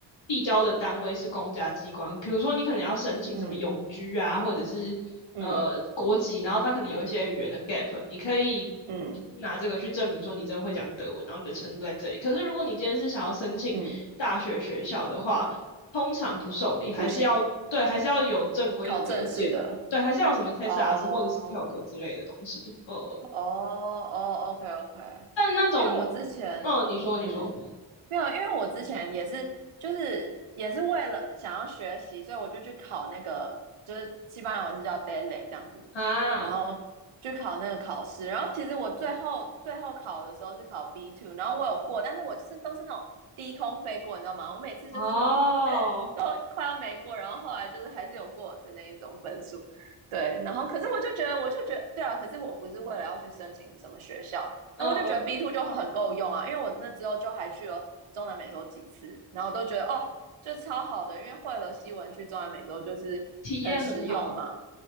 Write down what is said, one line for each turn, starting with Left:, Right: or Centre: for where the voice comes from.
Left: 递交的单位是公家机关，比如说你可能要申请什么永居啊，
Right: 嗯
Left: 或者是呃国籍，
Right: 嗯
Left: 然后它可能有一些语言的 gap，你可以
Right: 嗯
Left: 拿这个去证明说你真的会讲德文，然后你的程度在这里。可是如果你今天是想要申请大学学校的话，
Right: 嗯，
Left: 通常不受理，还是要对，
Right: 不行，
Left: 还是要有正规的德检，
Right: 考正式的。
Left: 对，还是要有什么 TESAS
Right: 哦
Left: 或者是 TELK 之类的东西。呃，
Right: 哦哦，OK OK，
Left: 但那种，
Right: 因为我之前
Left: 嗯、你说，
Right: 嗯没有，
Left: 你说
Right: 因为我之前也是就是也是为了想要学习，所以我就去考那个就是西班牙文是叫 d a i l y 这样子，
Left: 啊，
Right: 然后去考那个考试，然后其实我最后最后考的时候是考 B two，然后我有过，但是我就是都是那种低空飞过，你知道吗？我每次就是那种
Left: 哦。
Right: <laughs> 都快要没过，然后后来就是还是有过的那一种分数。对，然后可是我就觉得，我就觉得，对啊，可是我不是为了要去申请什么学校，
Left: 嗯嗯，
Right: 那我就觉得 B two 就很够用啊，因为我那之后就还去了中南美洲几次，然后都觉得哦，就超好的，因为会了西文去中南美洲就是很实用嘛。
Left: 体验很好。